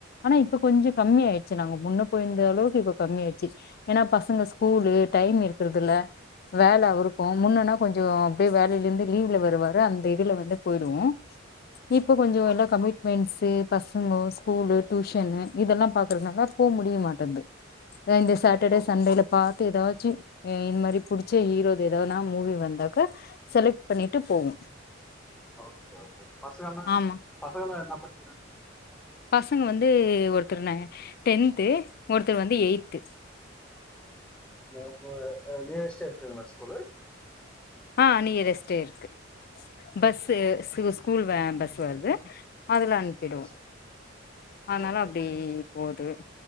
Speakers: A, on the left; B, in the centre.
A: ஆனா இப்ப கொஞ்சோ கம்மி ஆய்டுச்சி ச நாங்க முன்ன போயிருந்த அளவுக்கு இப்ப கம்மிய ஆடுச்சு ஏனா பசங்க ஸ்கூலு டைம் இருக்கறதுல வேல அவருக்கு முன்னன்னா கொஞ்சோ அப்படியே வேலையில இருந்து லீவ்ல வருவாரு அந்த இதுல வந்து போயிடுவோ இப்போ கொஞ்சோ
B: ஓகே
A: எல்லா கமிட்மெண்ட்ஸீ பசங்க ஸ்கூல்லு டியூஷன் இதெல்லா பாக் தனால போ முடிய மாட்டேது ஏ இந்த சேட்டர்டே
B: ஓகே
A: சண்டேல பார் ஏதாச்சு இந்த மாரி புடிச்ச ஹீரோ ஏதாவனா மூவி வந்தாக்க செலக்ட் பண்ணிட்டு போவோ
B: ஓகே ஓகே பசங்கலா
A: ஆமா
B: பசங்கலா என்ன படி அ
A: பசங்க வந்து ஒருத்தர் ந டென்து ஒருத்தர் வந்து எயி்த்து
B: அ <unintelligible> நியரம்மா ஸ்கூல்லு
A: ஆஹ் நியரஸ்ட்டே இருக்கு bus
B: okay
A: school way bus <unintelligible> து அதுல அனுப்பிடுவோ
B: சூப்பர் சார்
A: அதனால
B: ஓகே
A: அப்படி
B: ஓகே
A: போது